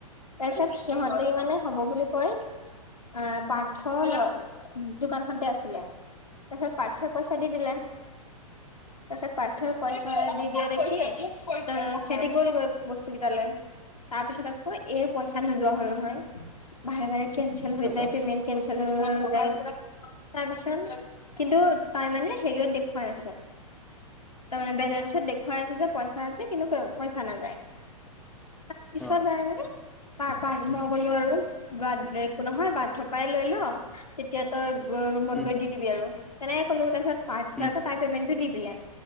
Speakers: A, on the left; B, in the centre.
A: তাৰপিছত সিহঁতে মানে হব বুলি কৈ আহ পাৰ্থ ল অ দোকানখনতে আছিলে তাৰপিছত পাৰ্থই পইচা দি দিলে। তাৰপিছত পাৰ্থ‌ই পইচা দি দিয়া দেখি সিহঁতি গ'ল গৈ বস্তু কেইটা লৈ। তাৰ পিছত আকৌ এই পইচা নোযোৱা হ'ল নহয়, বাৰে - বাৰে কেঞ্চেল হৈ
B: তাৰপা
A: যায়, পেমেণ্ট কেনচেল হৈ-হৈ যায়। তাৰপিছত কিন্তু তাই মানে হেৰিয়ত দেখুৱাই আছে। তাৰমানে বেলেঞ্চত দেখুৱাই আছে যে পইচা আছে কিন্তু পইচা নাযায়। তাৰপিছত
B: অ
A: তাই মানে পাৰ-পাৰ মই কলো আৰু বাদ দে একো নহয় পাৰ্থৰ পাই লৈ ল তেতিয়া তই ৰুমত
B: উম
A: গৈ দি দিবি আৰু তেনেকে কলো তাৰপিছত পাৰ্থ
B: উম
A: আকৌ তাইৰ পেমেণ্টটো দি দিলে।